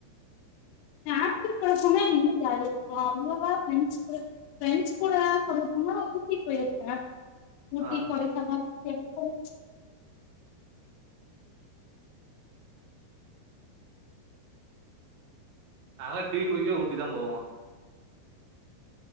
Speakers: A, on the left; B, on the right.
A: ஃபேமிலி கூட சும்மா இன்னா ஜாலிய இருக்கும் அவ்ளோவா ப்ரெண்ட்ஸ் கூட ஃப்ரெண்ட்ஸ் கூட சொல்ல போனா ஊட்டி போயிருக்கேன். ஊட்டி
B: ஆ
A: கொடைக்கானல் டெம் புள் <inaudible>
B: நாங்களாம் டீ குடிக்கவே ஊட்டி தான் போவோம்